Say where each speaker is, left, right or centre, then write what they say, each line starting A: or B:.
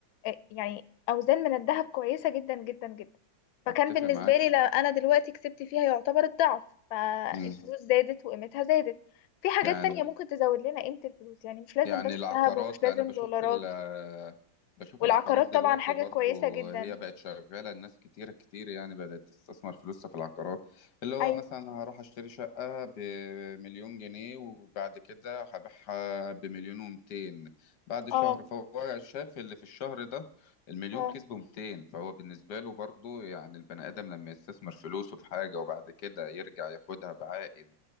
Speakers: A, on the left; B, on the left.
A: آه، يعني أوزان من الذهب كويسة جدا جدا جدا فكان
B: اتفق
A: بالنسبة
B: معاك
A: لي لا أنا دلوقتي كسبت فيها يعتبر الضعف فالفلوس
B: مم.
A: زادت وقيمتها زادت في حاجات
B: يعني
A: تانية ممكن تزود لنا قيمة الفلوس يعني مش لازم
B: يعني
A: بس
B: العقارات
A: ذهب ومش لازم
B: انا بشوف
A: دولارات
B: ال بشوف
A: والعقارات
B: العقارات دلوقتي
A: طبعا حاجة
B: برضو
A: كويسة جدا
B: هي بقت شغالة الناس كتير كتير يعني بدأت تستثمر فلوسها في العقارات اللي هو
A: أيوة
B: مثلا هروح اشتري شقة بمليون جنيه وبعد كده هبيعها بمليون ومتين بعد شهر
A: اه
B: فهو شاف اللي في الشهر ده المليون
A: اه
B: كسبه 200 فهو بالنسبة له برضو يعني البني آدم لما يستثمر فلوسه في حاجة وبعد كده يرجع ياخدها بعائد